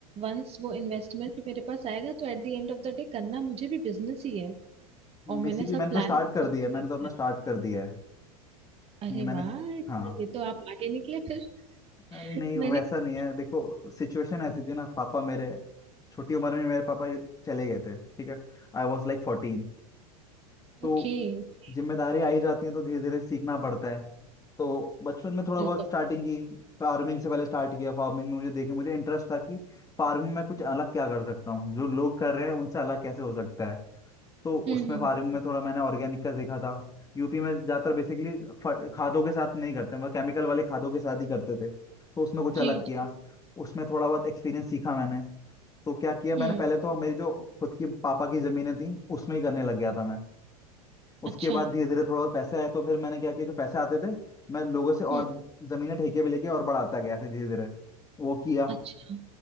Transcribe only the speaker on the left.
बेसिकली
मैंने
तो स्टार्ट
कर दिया
है मैंने
तो अपना
स्टार्ट कर दिया है
ये मैंने
हाँ
अरे
नहीं
वैसा
नहीं है देखो सिचुएशन ऐसी थी ना पापा मेरे छोटी उम्र में मेरे पापा चले गए थे ठीक है I was like फोर्टीन तो
जिम्मेदारी आई जाती है तो धीरे धीरे सीखना पड़ता है तो बचपन में थोड़ा
बहुत स्टार्टिंग की फार्मिंग से पहले स्टार्ट किया फार्मिंग में मुझे देखे मुझे इंटरेस्ट था कि फार्मिंग में कुछ अलग क्या कर सकता हूँ जो लोग कर रहे हैं उनसे अलग कैसे हो सकता है तो
उसमें
फार्मिंग में थोड़ा मैंने ऑर्गेनिक का देखा था यूपी में ज्यादातर बेसिकली खादों के साथ नहीं करते मतलब केमिकल वाले खादों के साथ ही करते थे तो उसमें कुछ
अलग किया
उसमें थोड़ा बहुत एक्सपीरियंस सीखा मैंने तो क्या किया मैंने
पहले तो मेरी जो खुद की पापा की जमीनें थी उसमें ही करने लग गया था मैं उसके
बाद धीरे धीरे थोड़ा बहुत पैसे आए तो फिर मैंने क्या किया जो पैसे आते थे मैं लोगों से और
जमीनें ठेके पे लेके और बढ़ाता गया ऐसे धीरे धीरे वो किया